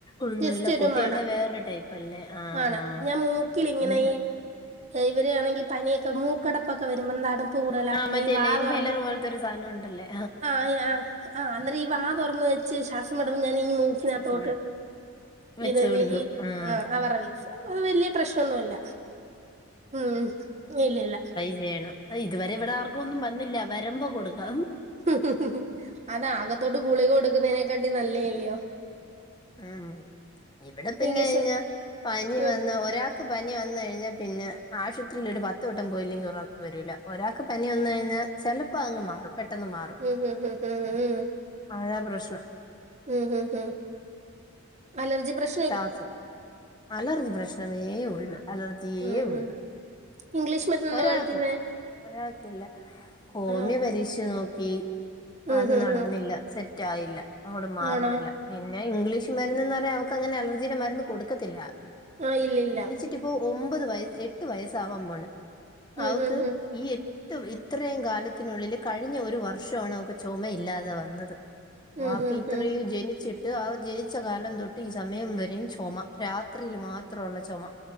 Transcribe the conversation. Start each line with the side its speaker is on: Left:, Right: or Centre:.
Left: ഒന്നുല്ല
Right: ജസ്റ്റ് ഒരു
Left: കുട്ടികളുടെ
Right: മണം
Left: വേറൊരു ടൈപ്പ് അല്ലേ ആഹ്
Right: ആണ്‌
Left: ആഹ്
Right: ഞാൻ മൂക്കിലി ങ്ങനെ
Left: ഇവ
Right: ഇവരാണെങ്കിൽ പനിയൊക്കെ മൂക്കടപ്പൊക്കെ വരുമ്പോ അടപ്പ് കൂടുതലാകുമ്പോ
Left: ആഹ് മറ്റേല്ലേ
Right: ഈ വാ
Left: ഇൻഹേലർ
Right: തുറന്ന്
Left: പോലത്തെ ഒരു സാനോണ്ടല്ലേ
Right: ആയ്ആഹ്‌ അന്നേരം ഈ വാ തുറന്ന് വെച്ച് ശ്വാസം വിടുമ്പോ ഞാനി മൂക്കിനകത്തോട്ട്
Left: ശ്വാസം വിടാൻ വെച്ച്
Right: ഇതെ
Left: കൊടുക്കും
Right: വെയ്
Left: ആഹ്
Right: ആഹ്‌ അവർടെ വിക്സ് വെല്ല്യ പ്രശ്നന്നൊല്ല ഉം ഇല്ലില്ല
Left: വേണം ഇതുവരെ ഇവിടെ ആർക്കും ഒന്നും വന്നില്ല വരുമ്പോ കൊടുക്കാം
Right: ഉം ഉം ഉം ഉം‌ അതാകത്തോട്ട് ഗുളിക കൊടുക്കുന്നതിനെക്കാട്ടി നല്ലേല്ലിയോ
Left: ഉം ഹ്‌ ഇവിടെ പിന്നെയിഞ്ഞ
Right: ഇംഗ്ലീഷ്
Left: പനി
Right: ഉം
Left: വന്ന ഒരാൾക്ക് പനി വന്ന ഴിഞ്ഞാൽ പിന്നെ ആശുപത്രിയിലൊരു പത്ത് വട്ടം പോയില്ലെങ്കിൽ ഒറ വരൂല ഒരാക്ക് പനി വന്നയിഞ്ഞാൽ ചെലപ്പോ അങ്ങ് മാറും പെട്ടെന്ന് മാറും
Right: ഉംഹ്‌ ഹ്‌ ഹ്‌ ഉംഹ് ഉംഹ്
Left: അതാ പ്രശ്നം
Right: ഉംഹ്‌ ഉംഹ്‌ ഉംഹ്‌ അലർജി പ്രശ്
Left: ശ്വാസു അലർജി പ്രശ്നമേ ഉള്ളു അലർജിയേ
Right: ഉം
Left: ഉള്ളു
Right: ഉം ഇംഗ്ലീഷ് മരുന്നോ
Left: ഒരാൾക്ക്
Right: വാങ്ങിക്കുന്നെ
Left: ഒരാൾക്കില്ല ഹോമിയ
Right: ആഹ്
Left: പരീകഷ് നോക്കി
Right: ഉം
Left: അത് നടന്നില്ല
Right: ഉം ഉം
Left: സെറ്റായില്ല അങ്ങൊട് മാറുന്നില്ല
Right: ആണോ
Left: പിന്നെ ഇംഗ്ലീഷ് മരുന്നെന്നറയാ ക്കങ്ങനെ അലജിയുടെ മരുന്ന് കൊടുക്കത്തില്ല
Right: ആഹ്‌ ഇല്ലല്ല
Left: ട്ടിപ്പോ ഒമ്പത് വയ എട്ട് വയസാവാൻ പോണ്
Right: ഉം
Left: അവക്ക്
Right: ഉം ഉം
Left: ഈ ഇത്രയും കാലത്തിനുള്ളിൽ കഴിഞ്ഞ ഒരു വർഷണവൾക്ക്‌ ചൊ മയില്ലാതെ വന്നത്
Right: ഉം
Left: ബാക്കി
Right: ഉം
Left: ഇത്രയും
Right: ഉം
Left: ജനിച്ചിട്ട് ആ ജനിച്ച കാലം തൊ ട്ടീ സമയം വരെയും ചൊമ രാത്രിയിൽ മാത്രൊള്ള ചൊമ